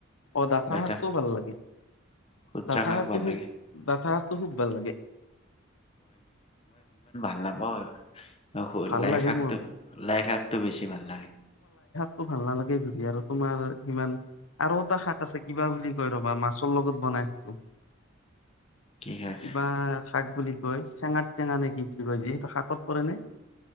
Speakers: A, on the left; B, on the left.
A: অ ডাঠা
B: ডাটা
A: শাকটোও ভাল লাগে।
B: খুতুৰা
A: ডাঠা
B: শাক
A: শাকটো
B: ভাল
A: খুব
B: লাগে
A: ডাঠা খুব ভাল লাগে।
B: নাপাও আৰু।
A: ভাল
B: লাইশাকটো-
A: লাগে মোৰ
B: লাইশাকটো বেছি ভাল লাগে।
A: টো ভাল নালাগে ধৰি আৰু তোমাৰ সিমান আৰু এটা শাক আছে কিবা বুলি কয় ৰ'বা মাছৰ লগত বনাই সেইটো।
B: কি শাক
A: কিবা শাক বুলি কয় চেঙাত টেঙা নে কি বুলি কয় যে এইটো শাকত পৰে নে।